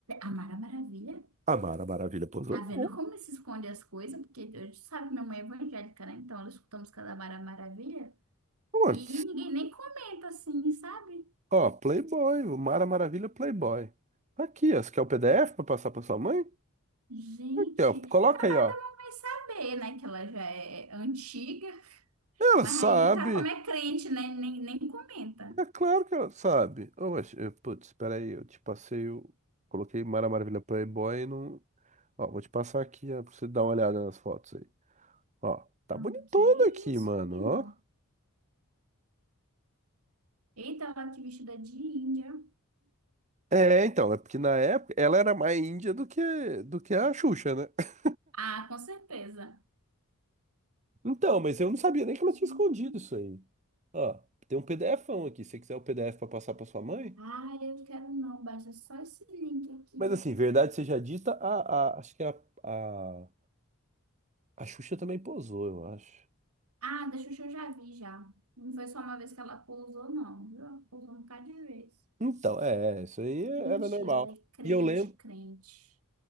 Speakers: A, on the right (about 80°); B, on the right (about 30°).
A: A Mara Maravilha.
B: A Mara Maravilha posou
A: Tá
B: nua.
A: vendo como se esconde as coisas? Porque a sabe que minha mãe é evangélica, né? Então ela escuta a música da Mara Maravilha.
B: Mano,
A: E ninguém nem comenta assim, sabe?
B: Ó, Playboy, o Mara Maravilha Playboy. Tá aqui, ó. Você quer o PDF para passar para sua mãe?
A: Gente,
B: Aqui, ó. Coloca
A: capaz
B: aí, ó.
A: da mamãe saber, né? Que ela já é antiga,
B: Ela
A: mas
B: sabe.
A: aí tá como é crente, né? Nem, nem comenta.
B: É claro que ela sabe. Oh, mas, eh, putz, espera aí, eu te passei o... Coloquei Mara Maravilha Playboy e não... Ó, vou te passar aqui, ó, pra você dar uma olhada nas fotos aí. Ó, tá
A: Ah,
B: bonitona
A: que isso,
B: aqui, mano,
A: amigo?
B: ó.
A: Eita, ela que vestida de índia.
B: É, então, é porque na época ela era mais índia do que, do que a Xuxa, né? <laughs>
A: Ah, com certeza.
B: Então, mas eu não sabia nem que ela
A: Gente.
B: tinha escondido isso aí. Ó, tem um PDFão aqui, se você quiser o PDF pra passar pra sua mãe.
A: Ah, eu quero não, baixa só esse link aqui.
B: Mas assim, verdade seja dita, a, a- acho que a, a, a Xuxa também posou, eu acho.
A: Ah, da Xuxa eu já vi já. Não foi só uma vez que ela pousou, não, viu? Ela Pousou um bocado de vez.
B: Então, é, é, isso aí era
A: Gente,
B: normal.
A: ela é crente,
B: E eu lembro.
A: crente.